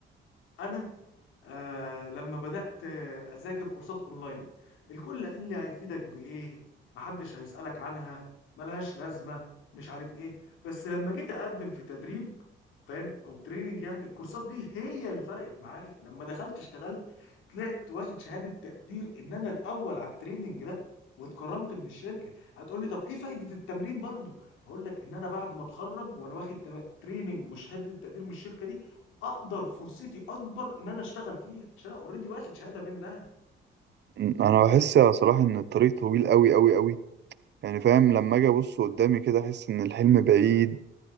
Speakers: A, on the left; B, on the right.
A: انا آه لما بدأت آه، أذاكر كورسات أونلاين الكل قال لي هيفيدك بإيه محدش هيسألك عنها ملهاش لازمة مش عارف إيه بس لما جيت أقدم في تدريب فاهم أو تريننج يعني الكورسات دي هي اللي فرقت معايا لما دخلت اشتغلت طلعت واخد شهادة تقدير إن أنا الأول على التريننج ده واتكرمت من الشركة هتقول لي طب إيه فايدة التمرين برضو هقول لك إن أنا بعد ما أتخرج وأنا واخد تم- تريننج وشهادة تقدير من الشركة دي اقدر فرصتي اكبر ان انا اشتغل فيها عشان انا اوريدي واخد شهاده منها
B: م، أنا بحس صراحة إن الطريق طويل أوي أوي أوي يعني فاهم لما أجي أبص قدامي كده أحس إن الحلم بعيد